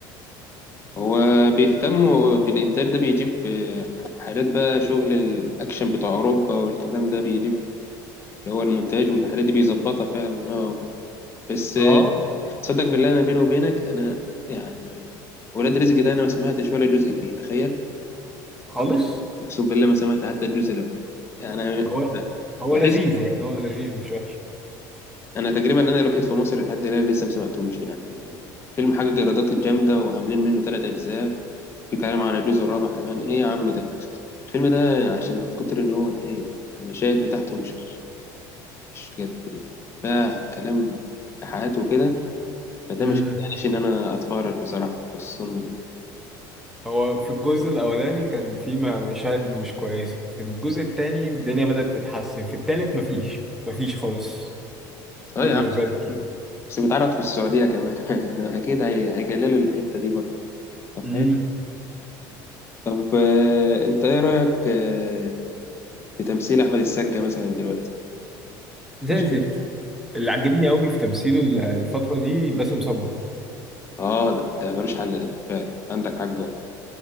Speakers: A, on the left (about 25°); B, in the centre.
A: هو بيهتم في الإنتاج ده بيجيب آه، حاجات بقى شغل الأكشن بتاع أوروبا والكلام ده بيجيب اللي هو المونتاج والحاجات دي بيظبطها فعلا اه بس
B: اه
A: آه، صدق بالله أنا بيني وبينك أنا يعني ولاد رزق ده أنا ما سمعتش ولا جزء فيه تخيل
B: خالص
A: أقسم بالله ما سمعت حتى الجزء الأول يعني
B: هو هو
A: بحس
B: لذيذ يعني هو لذيذ مش وحش
A: أنا تقريبا أنا الوحيد في مصر لحد الآن لسه ما سمعتوش يعني فيلم حاجة ايرادات جامدة وعاملين منه ثلاث أجزاء بيتكلم عن الجزء الرابع كمان ايه يا عم ده الفيلم ده عشان من كتر ان هو ايه المشاهد بتاعته مش مش جد يعني فيها كلام حياته وكده فده
B: امم
A: مش معنيش ان انا اتفرج بصراحه خصوصا
B: هو في الجزء الاولاني كان في م- مشاهد مش كويسه في الجزء التاني الدنيا بدأت تتحسن في التالت مفيش مفيش خالص
A: اه
B: كله
A: يا عم
B: زي الزفت
A: بس بيتعرض في السعوديه كمان <laughs> اكيد هي- هيجللوا الحته دي برضه طب
B: امم
A: حلو طب آه، انت ايه رايك آه، في تمثيل احمد السقا مثلا دلوقتي
B: زي
A: ماشي
B: الزفت
A: <laughs>
B: اللي عجبني قوي في تمثيله ال- الفتره دي باسم سمرة
A: اه ده ده ملوش حل ده فعلا عندك حق والله